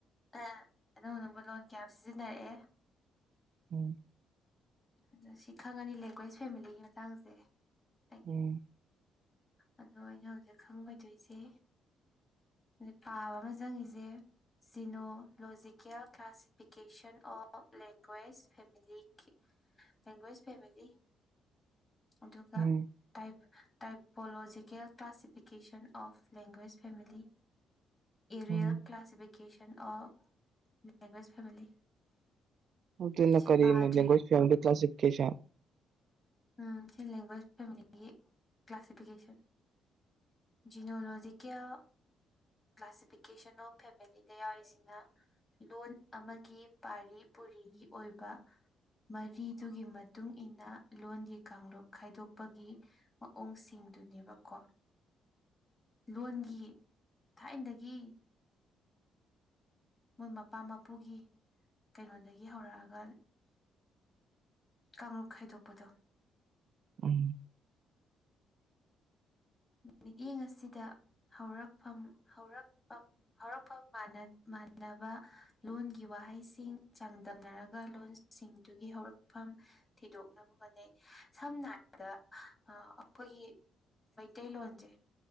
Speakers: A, on the left; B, on the right.
A: ꯑ ꯑꯅꯧ ꯑꯅꯧꯕ ꯂꯣꯟ ꯀꯌꯥꯝ ꯁꯤꯖꯤꯟꯅꯔꯛꯑꯦ
B: ꯎꯝ
A: ꯑꯗꯣ ꯁꯤ ꯈꯪꯉꯅꯤ ꯂꯦꯡꯒ꯭ꯋꯦꯁ ꯐꯦꯃꯤꯂꯤꯒꯤ ꯃꯇꯥꯡꯁꯦ ꯑꯩ
B: ꯎꯝ
A: ꯑꯗꯣ ꯑꯩꯅ ꯍꯧꯖꯤꯛ ꯈꯪꯉꯣꯏꯗꯣꯏꯁꯦ ꯍꯗ ꯄꯥꯕ ꯑꯃ ꯆꯪꯉꯤꯖꯦ genealogical classification of languages family ꯀꯤ ꯂꯦꯡꯒ꯭ꯋꯦꯁ ꯐꯦꯃꯤꯂꯤ ꯑꯗꯨꯒ
B: um
A: type type ꯄꯣꯂꯣꯖꯤꯀꯦꯜ classification of languages family areal
B: um
A: classification of languages family
B: ꯑꯗꯨꯅ
A: ꯁꯤ
B: ꯀꯔꯤꯅꯣ
A: ꯄꯥꯗ꯭ꯔꯦ
B: ꯂꯦꯡꯒ꯭ꯋꯦꯁ ꯐꯦꯃꯂꯤ ꯀ꯭ꯂꯥꯁꯤꯐꯤꯀꯦꯁꯟ
A: ꯎꯝ ꯁꯤ ꯂꯦꯡꯒ꯭ꯋꯦꯖ ꯐꯦꯃꯤꯂꯤꯒꯤ ꯀ꯭ꯂꯥꯁꯤꯐꯤꯀꯦꯁꯟ ꯖꯤꯅꯣꯂꯣꯖꯤꯀꯦꯜ ꯀ꯭ꯂꯥꯁꯤꯐꯤꯀꯦꯁꯟ ꯑꯣꯐ ꯐꯦꯃꯤꯂꯤꯗ ꯌꯥꯎꯔꯤꯖꯤꯅ ꯂꯣꯟ ꯑꯃꯒꯤ ꯄꯥꯔꯤ ꯄꯨꯔꯤꯒꯤ ꯑꯣꯏꯕ ꯃꯔꯤꯗꯨꯒꯤ ꯃꯇꯨꯡ ꯏꯟꯅ ꯂꯣꯟꯒꯤ ꯀꯥꯡꯂꯨꯞ ꯈꯥꯏꯗꯣꯛꯄꯒꯤ ꯃꯑꯣꯡꯁꯤꯡꯗꯨꯅꯦꯕꯀꯣ ꯂꯣꯟꯒꯤ ꯊꯥꯏꯟꯗꯒꯤ ꯃꯣꯏ ꯃꯄꯥ ꯃꯄꯨꯒꯤ ꯀꯩꯅꯣꯗꯒꯤ ꯍꯧꯔꯛꯑꯒꯜ ꯀꯥꯡꯂꯨꯞ ꯈꯥꯏꯗꯣꯛꯄꯗꯣ
B: ꯎꯝ
A: ꯃꯤꯠꯌꯦꯡ ꯑꯁꯤꯗ ꯍꯧꯔꯛꯐꯝ ꯍꯧꯔꯛꯄꯝ ꯍꯧꯔꯛꯐꯝ ꯃꯥꯟꯅ ꯃꯥꯟꯅꯕ ꯂꯣꯟꯒꯤ ꯋꯥꯍꯩꯁꯤꯡ ꯆꯥꯡꯗꯝꯅꯔꯒ ꯂꯣꯟꯁꯤꯡꯗꯨꯒꯤ ꯍꯧꯔꯛꯐꯝ ꯊꯤꯗꯣꯛꯅꯕ ꯍꯣꯠꯅꯩ ꯁꯝꯅ ꯍꯥꯏꯔꯕꯗ ꯑꯈꯣꯏꯒꯤ ꯃꯩꯇꯩꯂꯣꯟꯖꯦ